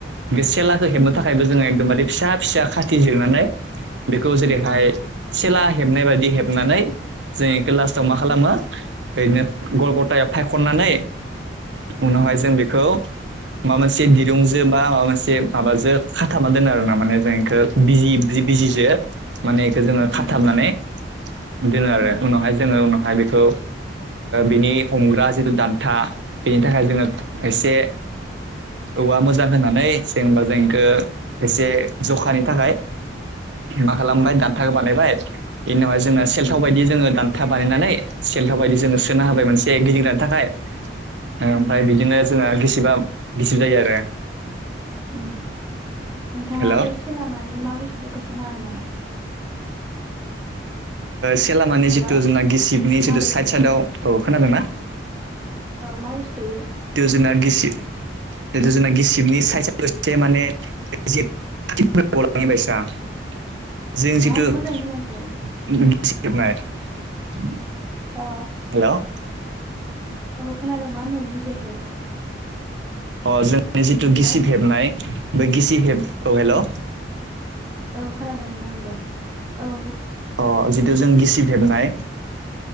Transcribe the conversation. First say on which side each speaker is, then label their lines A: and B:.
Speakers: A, on the right (about 70°); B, on the right (about 15°).
A: बे सेलाखौ हेबनो
B: उम
A: थाखायबो जोङो एकदमबारे फिसा फिसा खाथि जिरनानै बेखौ जेरैहाय
B: उम
A: सेला हेबनाय बायदि हेबनानै जों बेखौ लास्टाव मा
B: उम
A: खालामो?
B: उम
A: ओरैनो गल गथायाव फायखननानै उनावहाय
B: उम उम
A: जों बेखौ माबा मोनसे दिरुंजो बा माबा मोनसे माबाजों खाथाबना दोनो आरोना माने जों बेखौ बिजि जि बिजिजो माने इखौ जोङो
B: उम
A: खाथाबनानै दोनो आरो
B: उम
A: उनावहाय जोङो उनावहाय बेखौ बिनि हमग्रा जिथु दान्था बेनि थाखाय जोङो
B: उम
A: एसे औवा मोजां होननानै जेनबा जोंखौ एसे जखानि थाखाय मा खालामबाय दान्थाखौ बानायबाय इनि उनावहाय जोंना सेलथाव
B: उम
A: बायदि जोङो दानथा <unintelligible> बानायनानै सेलथाव बायदि जोङो सोना होबाय मोनसे गिदिंग्रानि थाखाय ओमफ्राय
B: उम
A: बिदिनो जोंहा गिसिबा गिसिब जायो आरो।
B: नोंथाङा
A: हेल' ओ
B: बे सेलामानि मा बुस्थु खोन्थानो हागोन नामा?
A: से लामानि
B: हेल'
A: जिथु जोंना गिसिबनि
B: माबायदि
A: जिथु साइद साइदआव खोनादोंना?
B: मा बुस्थु इयो?
A: जुनार गिसिब जिथु जोंना गिसिबनि साइदाव साइदाव एसे माने <unintelligible> जों जिथु
B: मा
A: <unintelligible>
B: मोजाङै खोनायाखै अ
A: हेल'
B: औ खोनादों मा होनदों बुजियाखै।
A: अ जोंनि जिथु
B: हेल'
A: गिसिब
B: औ
A: हेबनाय बे गिसि हेब औ हेलौ
B: ओं खोनादों बुं दे औ।
A: अ जितु जों गिसिब हेबनाय